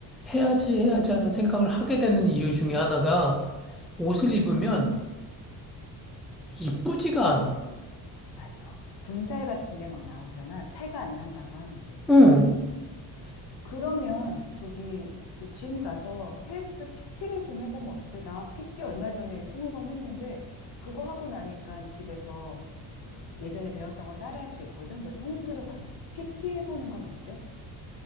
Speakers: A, in the centre; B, on the left.
A: 해야지 해야지 하는 생각을 하게 되는 이유 중에 하나가 옷을 입으면 이쁘지가 않아.
B: 맞아. 군살 같은 게 막 나오잖아. 태가 안 난다고 하는 게.
A: 응.
B: 음. 그러면 저기 그 짐 가서 헬스 PT를 좀 해보면 어때? 나 PT 얼마 전에 20번 했는데 그거 하고 나니까 집에서 그 예전에 배웠던 거 따라 할 수 있거든. 그래서 홈트도 가능해. PT 해보는 건 어때?